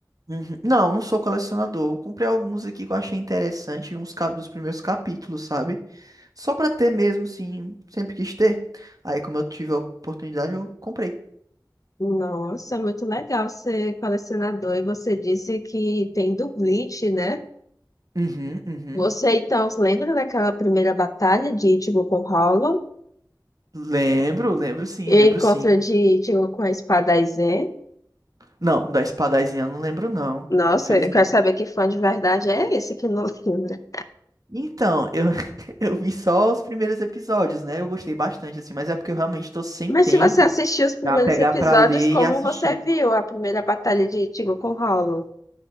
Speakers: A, on the right; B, on the left.
A: Uhum. Não, não sou colecionador. Eu comprei alguns aqui que eu achei interessante, uns cap dos primeiros capítulos, sabe? Só pra ter mesmo, sim, sempre quis ter. Aí, como eu tive a oportunidade, eu comprei.
B: Nossa, muito legal ser colecionador. E você disse que tem do Bleach, né?
A: Uhum, uhum.
B: Você então se lembra daquela primeira batalha de Ichigo com Hollow
A: Lembro, lembro sim,
B: e
A: lembro
B: encontro
A: sim.
B: de Ichigo com a espada Aizen?
A: Não, da espadazinha eu não lembro não,
B: Nossa,
A: infelizmente.
B: eu quero saber que fã de verdade é esse que não <laughs> lembra.
A: Então, eu, <laughs> eu vi só os primeiros episódios, né? Eu gostei bastante, assim, mas é porque eu realmente tô sem
B: Mas
A: tempo
B: se você assistiu os primeiros
A: pra pegar
B: episódios,
A: pra ler
B: como
A: e assistir.
B: você viu a primeira batalha de Ichigo com Hollow?